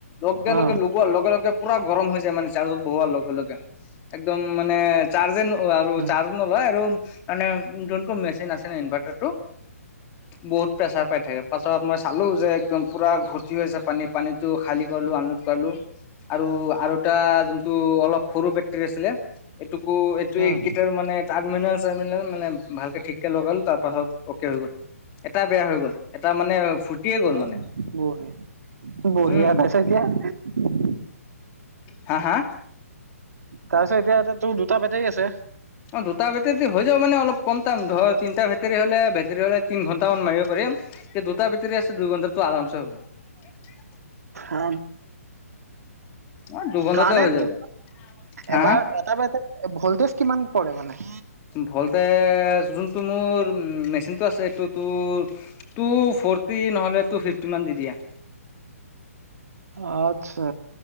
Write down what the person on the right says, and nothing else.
অ
উম
উম
অ
বঢ়িয়া বঢ়িয়া
তাপাছত এতিয়া, <unintelligible>
তাৰপিছত এতিয়া এ তোৰ দুটা বেটাৰী আছে।
আ
কাৰণে,
এবাৰ
এটা বেটেৰীত ভলটেজ কিমান পৰে মানে?
আত্ছা